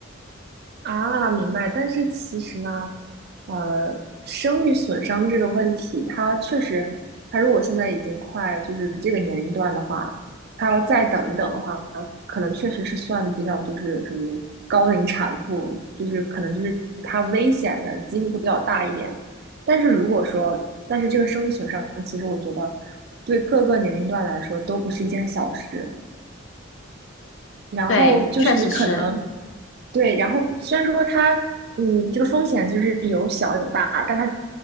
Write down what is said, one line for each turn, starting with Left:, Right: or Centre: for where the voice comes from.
Right: 啊，明白。但是其实呢，呃，生育损伤这个问题，它确实，它如果现在已经快就是这个年龄段的话，它要再等一等的话，可能确实是算比较就是什么高龄产妇，就是可能就是它危险的几率会比较大一点。但是如果说，但是这个生育损伤，其实我觉得对各个年龄段来说都不是一件小事。然后就是你可能
Left: 对，确实是。
Right: 对，然后虽然说它嗯这个风险就是有小有大，但它